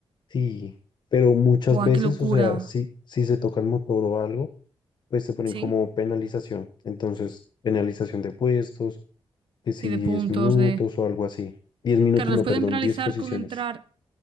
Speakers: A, on the left; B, on the right.
A: sí, pero muchas
B: Buah,
A: veces,
B: qué locura.
A: o sea, si, si se toca el motor o algo, pues te ponen
B: Sí.
A: como penalización. Entonces, penalización de puestos, que si
B: Sí, de
A: 10
B: puntos,
A: minutos
B: de.
A: o algo así. diez minutos,
B: Claro, los
A: no,
B: pueden
A: perdón,
B: penalizar
A: 10 posiciones.
B: con entrar.